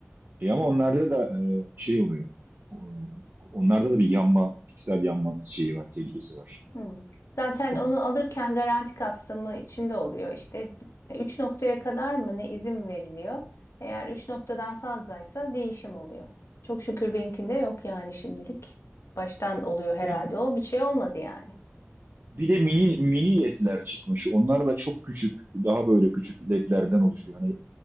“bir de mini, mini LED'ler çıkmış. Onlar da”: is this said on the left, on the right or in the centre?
Right